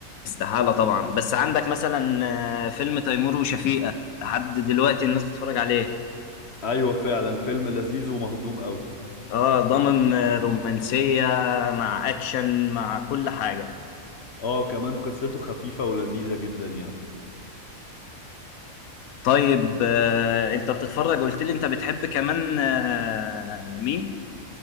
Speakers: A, on the left; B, on the left.
A: استحالة طبعا بس عندك مثلا آه، فيلم تيمور وشفيقة لحد دلوقتي الناس بتتفرج عليه
B: ايوه فعلا فيلم لذيذ ومهضوم قوي
A: اه ضامن رومانسية مع اكشن مع كل حاجة
B: اه كمان قصته خفيفة ولذيذة جدا يعني
A: طيب آه، انت بتتفرج قلت لي انت بتحب كمان آه، مين